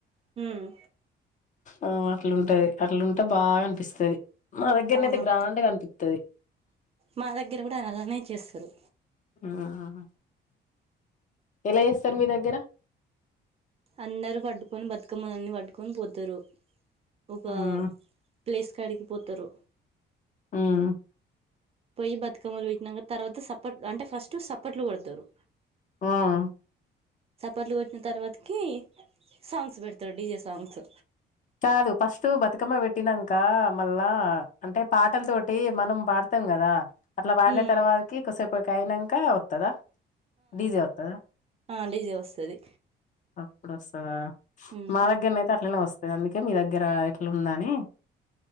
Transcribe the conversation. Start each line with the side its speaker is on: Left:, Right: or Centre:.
Right: మ్మ్
Left: మ్మ్ అట్లుంటది అట్లుంటే బాగా అనిపిస్తది. మా దగ్గరనైతే
Right: అవును
Left: గ్రాండ్గా అనిపిత్తది.
Right: మా దగ్గర కూడా అలానే చేస్తారు
Left: మ్మూఁ ఎలా చేస్తర్ మీ దగ్గర?
Right: అందరు పట్టుకొని బతుకమ్మలన్నీ పట్టుకొని పోతరు ఒకా
Left: మ్మ్
Right: ప్లేస్ కాడికి పోతరు.
Left: మ్మ్ఁ
Right: పోయి బతుకమ్మలు పెట్టినంక తర్వాత సప్పట్ల్ అంటే ఫస్ట్ సప్పట్లు కొడుతరు.
Left: ఆఁ
Right: సప్పట్లు కొట్టిన తర్వాతకీ సాంగ్స్ పెడుతరు డీజే సాంగ్స్.
Left: కాదు ఫస్ట్ బతుకమ్మ పెట్టినంక మళ్ళా అంటే పాటల తోటి మనం పాడుతం కదా, అట్ల పాడిన
Right: ఉమ్
Left: తర్వాతకి కొదిసేపటికి అయినంకా వత్తదా డీజే వత్తదా?
Right: ఆఁ డిజే వస్తది.
Left: అప్పుడోస్తదా,
Right: ఉమ్
Left: మా దగ్గరనైతే అట్లనే వస్తది అందుకే మీ దగ్గర ఎట్లుందనీ